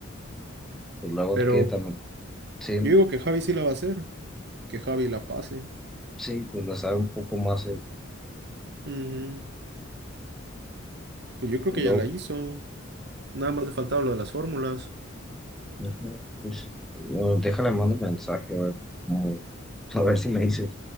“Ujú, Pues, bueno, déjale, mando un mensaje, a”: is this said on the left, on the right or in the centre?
Centre